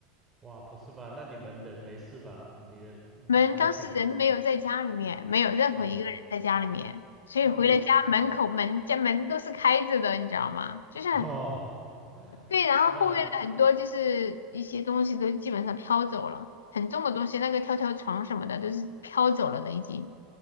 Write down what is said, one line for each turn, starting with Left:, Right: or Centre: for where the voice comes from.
Right: 哇，不是吧？那你们人没事吧？你人
Left: 门当时人没有在家里面，
Right: 安全吗？
Left: 没有任何一个人在家里面，
Right: 哦。
Left: 所以回了家门口门家门都是开着的，
Right: 那维修
Left: 你知道吗？
Right: <laughs>
Left: 就是
Right: 哦，
Left: 对，然后后面的很多就是一些东西都基本上飘走了，
Right: 那
Left: 很重的东西，那个跳跳床什么的都是飘走了的已经。